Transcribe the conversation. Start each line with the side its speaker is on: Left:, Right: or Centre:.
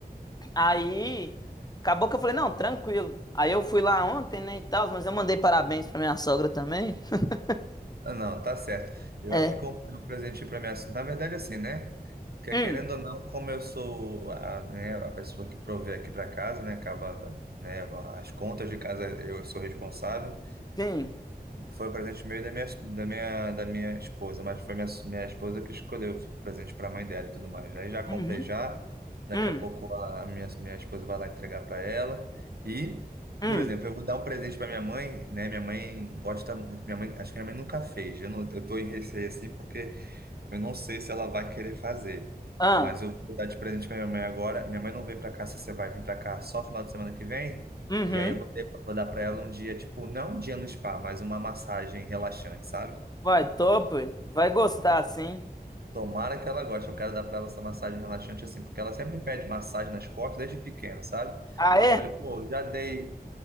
Left: Aí, acabou que eu falei, não, tranquilo. Aí eu fui lá ontem, né, e tal, mas eu mandei parabéns pra minha sogra também. <laughs>
Right: Ah, não, tá certo. Eu
Left: É.
Right: aqui comprei um presente para minha. Na verdade, assim, né? Que
Left: Hum,
Right: querendo ou não, como eu sou a, né, a pessoa que provê aqui para casa, né? Acaba, né? As contas de casa eu sou responsável.
Left: sim.
Right: Foi o presente meio da minha, da minha, da minha esposa, mas foi minha, minha esposa que escolheu o presente para a mãe dela e tudo mais. Aí já
Left: Uhum.
Right: comprei já, daqui
Left: Hum,
Right: a pouco a minha, minha esposa vai lá entregar para ela. E,
Left: hum.
Right: por exemplo, eu vou dar um presente para minha mãe, né? Minha mãe gosta, minha mãe, acho que minha mãe nunca fez. Eu não, eu tô em receio assim porque eu não sei se ela vai querer fazer,
Left: Ah,
Right: mas eu vou dar de presente pra minha mãe agora. Minha mãe não veio pra cá, se você vai vir pra cá só final de semana que vem.
Left: uhum.
Right: E aí eu vou, ter- vou dar pra ela um dia, tipo, não um dia no spa, mas uma massagem relaxante, sabe?
Left: Vai, top. Vai gostar,
Right: Vou dar-
Left: sim.
Right: Tomara que ela goste. Eu quero dar pra ela essa massagem relaxante assim, porque ela sempre pede massagem nas costas desde pequena, sabe?
Left: Ah,
Right: Aí
Left: é?
Right: eu falei, pô, já dei.